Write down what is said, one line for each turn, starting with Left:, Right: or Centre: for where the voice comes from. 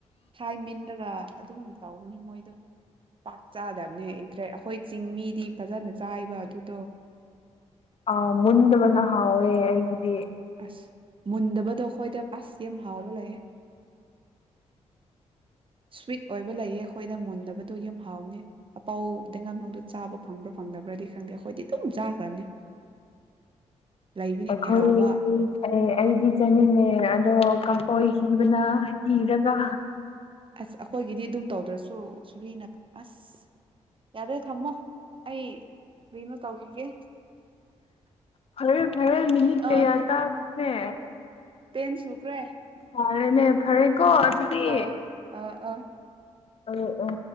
Right: ꯊꯥꯏ ꯃꯤꯟꯔꯒ ꯑꯗꯨꯝ ꯇꯧꯕꯅꯦ ꯃꯣꯏꯗꯣ ꯄꯥꯛ ꯆꯥꯗꯕꯅꯦ ꯏꯟꯇꯔꯦ ꯑꯩꯈꯣꯏ ꯆꯤꯡ ꯃꯤꯗꯤ ꯐꯖꯅ ꯆꯥꯏꯕ ꯑꯗꯨꯗꯣ
Left: ꯑ ꯃꯗꯕꯅ ꯍꯥꯎꯦ ꯎꯝ
Right: ꯑꯁ ꯃꯨꯟꯗꯕꯗꯣ ꯑꯩꯈꯣꯏꯗ ꯑꯁ ꯌꯥꯝ ꯍꯥꯎꯕ ꯂꯩꯌꯦ ꯁ꯭ꯋꯤꯠ ꯑꯣꯏꯕ ꯂꯩꯌꯦ ꯑꯩꯈꯣꯏꯗ ꯃꯨꯟꯗꯕꯗꯣ ꯌꯥꯝ ꯍꯥꯎꯕꯅꯦ ꯑꯄꯥꯎꯗꯩ ꯉꯥꯝꯅꯨꯡꯗꯣ ꯆꯥꯕ ꯐꯪꯕ꯭ꯔꯥ ꯐꯪꯗꯕ꯭ꯔꯗꯤ ꯈꯪꯗꯦ ꯑꯩꯈꯣꯏꯗꯤ ꯑꯗꯨꯝ ꯆꯥꯈ꯭ꯔꯕꯅꯦ ꯂꯩꯕꯅꯦ
Left: ꯑꯩꯈꯣꯏ
Right: ꯍꯥꯎꯕ
Left: ꯑꯦ ꯑꯩꯗꯤ ꯆꯥꯅꯤꯡꯉꯦ ꯑꯗꯣ ꯀꯝꯄꯣꯏ ꯍꯤꯕꯅ ꯍꯤꯔꯒ
Right: ꯑꯁ ꯑꯩꯈꯣꯏꯒꯤꯗꯤ ꯑꯗꯨꯝ ꯇꯧꯗ꯭ꯔꯁꯨ ꯁꯨꯔꯤꯅ ꯑꯁ ꯌꯥꯔꯦ ꯊꯝꯃꯣ ꯑꯩ ꯀꯔꯤꯅꯣ ꯇꯧꯈꯤꯒꯦ
Left: ꯐꯔ ꯐꯔ ꯅ ꯀꯌꯥ
Right: ꯑ
Left: ꯇ ꯍꯦ
Right: ꯇꯦꯟ ꯁꯨꯈ꯭ꯔꯦ
Left: ꯌꯥꯔꯦꯅꯦ ꯐꯔꯦ ꯀꯣ ꯑꯗꯨꯗꯤ
Right: ꯑꯥ ꯑꯥ ꯑꯥ
Left: ꯑ ꯑꯣ